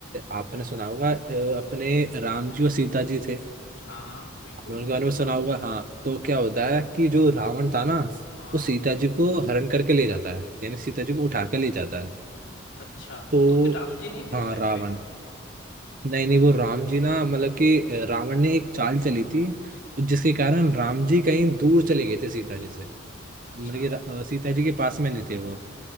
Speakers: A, on the right; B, on the left.
A: आपने सुना होगा अ, अपने राम जी और सीता जी थे
B: हाँ हाँ बिल्कुल
A: आपने उनके बारे में सुना होगा हाँ तो क्या होता है कि जो रावण था ना
B: हाँ हाँ
A: वो सीता जी को हरण करके ले जाता है यानी सीता जी को उठा के ले जाता है
B: अच्छा
A: तो
B: तो फिर राम जी नहीं थे उस
A: हाँ
B: टाइम
A: रावण
B: पे
A: नहीं नहीं वो राम जी ना मतलब कि अ, रावण ने एक चाल चली थी जिसके कारण राम जी कहीं दूर चले गए थे सीता जी से मतलब
B: अच्छा
A: कि रा- अ, सीता जी के पास में नहीं थे वो